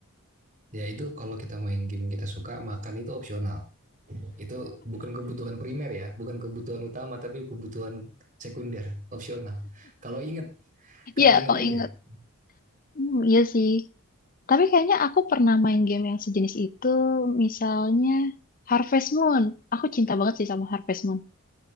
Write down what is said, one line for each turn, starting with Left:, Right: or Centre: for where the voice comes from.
Right: Ya itu kalau kita main game yang kita suka, makan itu opsional. Itu bukan kebutuhan primer ya, bukan kebutuhan utama, tapi kebutuhan sekunder, opsional. Kalau inget, kalau
Left: Iya,
Right: inget
Left: kalau
Right: aja.
Left: inget. Hmm, iya sih. Tapi kayaknya aku pernah main game yang sejenis itu, misalnya Harvest Moon. Aku cinta banget sih sama Harvest Moon.